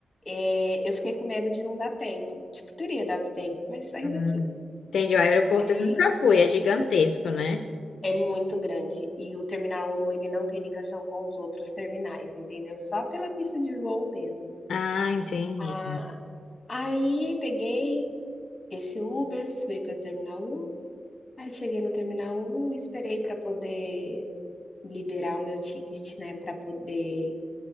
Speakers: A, on the left; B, on the left.
A: eh, eu fiquei com medo de não dar tempo, tipo, teria dado tempo, mas ainda
B: hum.
A: assim,
B: Entendi. O aeroporto
A: aí
B: eu nunca fui, é gigantesco, né?
A: é muito grande e o terminal um ele não tem ligação com os outros terminais, entendeu, só pela pista de voo mesmo.
B: Ah, entendi.
A: Ah, aí peguei esse Uber, fui para o terminal um Aí cheguei no terminal 1, esperei para poder liberar o meu ticket, né, para poder